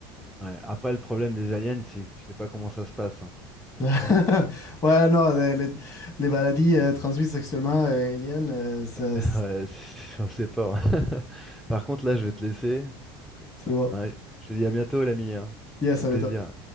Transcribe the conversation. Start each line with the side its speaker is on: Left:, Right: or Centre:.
Centre: ouais. Après, le problème des aliens, c'est que tu sais pas comment ça se passe. hein.
Left: <laughs>
Centre: <laughs>
Left: Ouais, non, les, les- les maladies euh, transmises sexuellement, euh, aliens, euh, ça-
Centre: <laughs> Ouais, c'est- on sait pas. hein. <laughs> Par contre, là, je vais te laisser.
Left: c'est bon.
Centre: hein. je te dis à bientôt, l'ami. hein.
Left: Yes,
Centre: Au
Left: ça
Centre: plaisir.
Left: m'étonne.